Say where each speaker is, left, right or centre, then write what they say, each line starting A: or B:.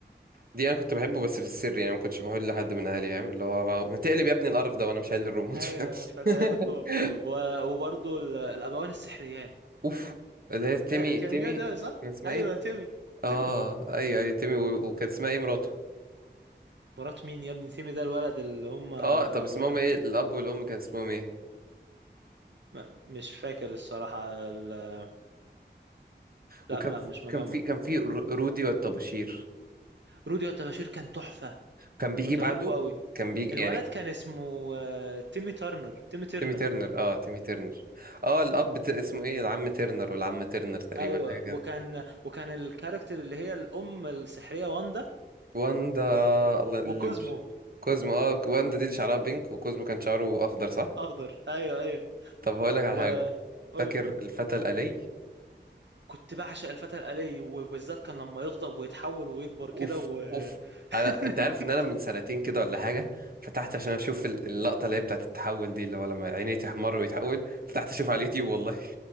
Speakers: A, on the right; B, on the right.
A: دي انا كنت بحبه بس في السر يعني ما كنتش بقول لحد من اهلي فاهم اللي هو بقى- ما تقلب يا ابني القرف ده وانا مش شايل الريموت
B: ايوه
A: فاهم
B: فتيات
A: <laughs>
B: القوة و- وبرضو ال- الابوان السحريان
A: اوف اللي هي تيمي
B: آه، كان
A: تيمي
B: جامد أوي صح؟
A: كان اسمها
B: أيوه
A: ايه
B: تيمي
A: اه
B: تيمي
A: ايوه ايوه تيمي و- وكان اسمها ايه مراته
B: مرات مين يا ابني تيمي ده الولد اللي هم أبوانا
A: اه طب اسمهم ايه الاب والام كان اسمهم ايه
B: ما- مش فاكر الصراحة ال- لا
A: وكان
B: لا مش مجمع
A: كان في كان في رو- رودي والطباشير
B: رودي بشير كان تحفة
A: كان بيجي
B: كنت
A: بعده
B: أحبه أوي
A: كان بيجي
B: الولد
A: يعني
B: كان اسمه آه، تيمي ترنر تيمي ترنر
A: تيمي ترنر اه تيمي ترنر اه الاب ت- اسمه ايه العم ترنر والعمه ترنر تقريبا
B: أيوه
A: حاجه
B: وكان وكان الكاركتر اللي هي الأم السحرية واندا
A: واندا الله اللي
B: وكوزمو
A: بش... كوزمو اه واندا دي اللي شعرها بينك وكوزمو كان شعره اخضر صح
B: أخضر أيوه أيوه
A: طب هقول لك على
B: وقول
A: حاجه فاكر
B: لي
A: الفتى الالي
B: كنت بعشق الفتى الآلي وبالذات كان لما يغضب ويتحول ويكبر كده
A: اوف
B: و
A: اوف
B: <laughs>
A: أنا... انت عارف ان انا من سنتين كده ولا حاجه فتحت عشان اشوف ال- اللقطه اللي هي بتاعت التحول دي اللي هو لما عينيه تحمر ويتحول فتحت اشوف على اليوتيوب والله